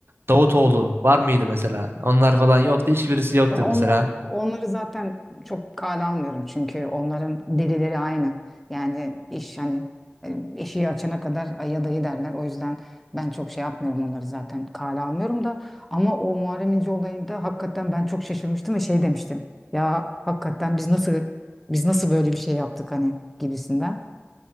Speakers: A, on the right; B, in the centre.
A: Davutoğlu var mıydı mesela? Onlar falan yoktu. Hiçbirisi yoktu
B: Ya onlar
A: mesela.
B: onları zaten çok kale almıyorum çünkü onların derileri aynı. Yani iş hani e, eşiği açana kadar aya dayı derler. O yüzden ben çok şey yapmıyorum onları zaten kale almıyorum da ama o Muharrem İnce olayında hakikaten ben çok şaşırmıştım ve şey demiştim. Ya hakikaten biz nasıl biz nasıl böyle bir şey yaptık hani gibisinden.